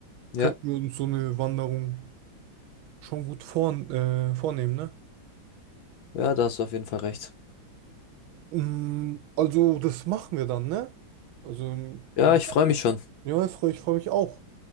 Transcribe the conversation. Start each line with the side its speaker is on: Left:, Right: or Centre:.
Left: Ja,
Right: könnten wir uns so eine Wanderung schon gut vor, äh, vornehmen, ne?
Left: ja, da hast du auf jeden Fall recht.
Right: Mm, Also, das machen wir dann, ne? Also,
Left: Ja,
Right: was
Left: ich freue mich schon.
Right: ja, ich freue ich freu mich auch.